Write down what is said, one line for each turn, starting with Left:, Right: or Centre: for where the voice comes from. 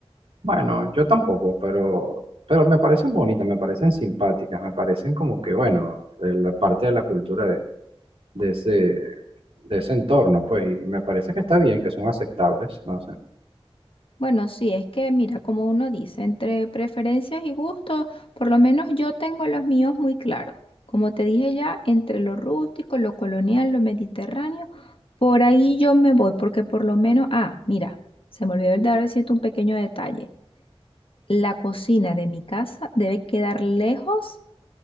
Right: Bueno, yo tampoco, pero, pero me parecen bonitas, me parecen simpáticas, me parecen como que, bueno, eh, la parte de la cultura de, de ese, de ese entorno, pues, y me parece que está bien, que son aceptables, no sé.
Left: Bueno, sí, es que mira, como uno dice, entre preferencias y gustos, por lo menos yo tengo los míos muy claros. Como te dije ya, entre lo rústico, lo colonial, lo mediterráneo, por ahí yo me voy, porque por lo menos, ah, mira, se me olvidó el dar decirte un pequeño detalle. La cocina de mi casa debe quedar lejos